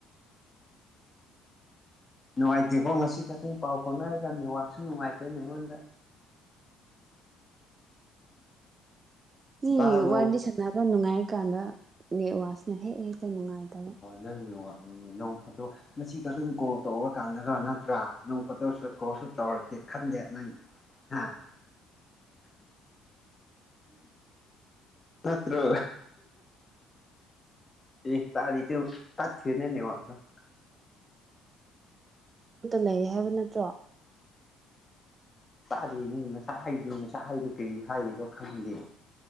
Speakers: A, on the left (about 25°); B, on the right (about 30°).
A: ꯅꯨꯡꯉꯥꯏꯇꯦꯀꯣ ꯉꯁꯤ ꯈꯇꯪ ꯄꯥꯎ ꯐꯥꯎꯅꯔꯒ ꯅꯦꯠꯋꯥꯛꯁꯨ ꯅꯨꯡꯉꯥꯏꯇꯦ ꯃꯤꯉꯣꯟꯗ
B: ꯃꯤ
A: ꯇꯥꯕ꯭ꯔꯣ
B: ꯋꯥꯔꯤ ꯁꯥꯟꯅꯕ ꯅꯨꯡꯉꯥꯏꯀꯥꯟꯗ ꯅꯦꯛꯋꯥꯛꯁꯤꯅ ꯍꯦꯛ ꯍꯦꯛꯇ ꯅꯨꯡꯉꯥꯏꯇꯕ
A: ꯅꯪ ꯅꯦꯛꯋꯥꯛ <unintelligible> ꯅꯪ ꯐꫭꯇꫭ ꯉꯁꯤ ꯈꯛꯇꯪ ꯀꯣꯜ ꯇꯧꯔ ꯀꯥꯟꯗꯒ ꯅꯠꯇ꯭ꯔꯥ ꯅꯪ ꯐꫭꯇꫭꯁꯨ ꯀꯣꯜꯁꯨ ꯇꯧꯔꯛꯇꯦ ꯈꯟꯗꯦ ꯅꯪ ꯍꯥꯥ ꯅꯠꯇ꯭ꯔꯣ ꯑꯦ ꯇꯥꯔꯤꯇꯣ ꯌꯦꯡꯑꫭ ꯇꯥꯠ ꯈꯔꯦꯅꯦ ꯅꯦꯛꯋꯥꯛꯇꫭ
B: <unintelligible> ꯂꯩ ꯍꯥꯏꯕ ꯅꯠꯇ꯭ꯔꯣ
A: ꯇꯥꯗꯦꯉꫭ ꯉꯁꯥꯏ ꯍꯥꯏꯕꯗꯨ ꯉꯁꯥꯏ ꯍꯥꯏꯗꯨ ꯀꯔꯤ ꯍꯥꯏꯔꯤꯅꫭ ꯈꯪꯗꯦ